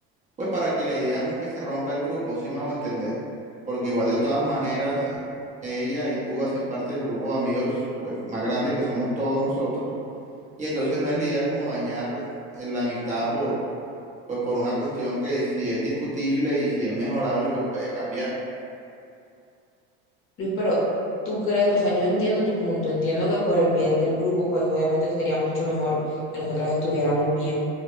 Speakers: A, on the right; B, on the left.
A: pues para que la idea no es que se rompa el grupo, sí me hago entender, porque igual de todas maneras ella y tú hacen parte del grupo de amigos pues más grande que somos todos nosotros y entonces no es la idea como dañar eh, la amistad por, pues por una cuestión que si es discutible y si es mejorable, pues puede cambiar.
B: Luis, pero tú crees, o sea, yo entiendo tu punto, entiendo que por el bien del grupo, pues obviamente sería mucho mejor que nosotras estuviéramos bien,